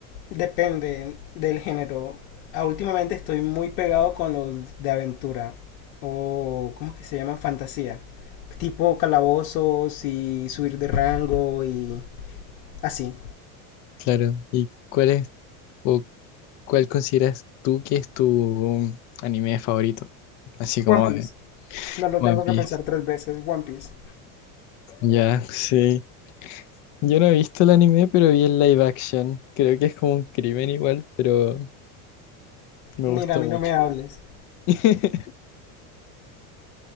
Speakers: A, on the left; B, on the left.
A: depende del género. Ah, últimamente estoy muy pegado con los de aventura o ¿cómo que se llaman? Fantasía. Tipo calabozos y subir de rango y así.
B: Claro. ¿Y cuál es o cuál consideras tú que es tu anime favorito? Así como
A: One Piece.
B: de
A: No lo
B: One
A: tengo
B: Piece.
A: que pensar tres veces. One Piece.
B: Ya, sí. Yo no he visto el anime, pero vi el live action. Creo que es como un crimen igual, pero me
A: Mira,
B: gustó
A: a mí
B: mucho.
A: no me hables.
B: <laughs>